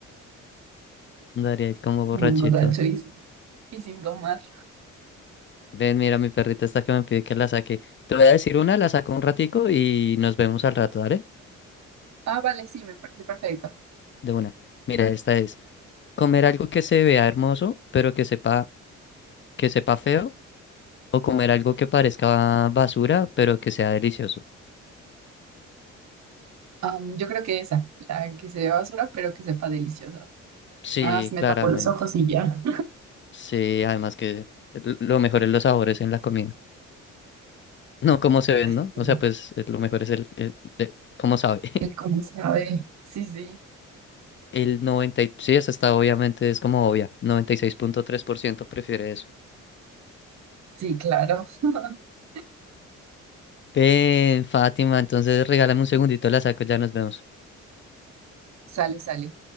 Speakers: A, on the left (about 40°); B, on the right (about 60°).
A: <laughs> Andaría ahí como
B: Muy
A: borrachito.
B: borracho y, y sin tomar.
A: Ven, mira, mi perrita está que me pide que la saque. Te voy a decir una, la saco un ratico y nos vemos al rato, ¿vale?
B: Ah, vale, sí, me parece perfecto.
A: De una. Mira, esta es comer algo que se vea hermoso, pero que sepa, que sepa feo, o comer algo que parezca basura, pero que sea delicioso.
B: Am, yo creo que esa, la que se vea basura, pero que sepa deliciosa.
A: Sí,
B: Ah, me
A: claramente.
B: tapo los ojos y ya.
A: Sí, además que l- lo mejor es los sabores en la comida. <laughs> No cómo se ven,
B: <laughs>
A: ¿no? O sea, pues eh, lo mejor es el, el- eh, cómo sabe. <laughs>
B: que cómo sabe. Sí, sí,
A: El noventa y- sí, esa está obviamente, es como obvia. noventa y seis punto tres por ciento prefiere eso.
B: sí, claro. <laughs>
A: Ven, Fátima, entonces regálame un segundito, la saco, ya nos vemos.
B: Sale, sale.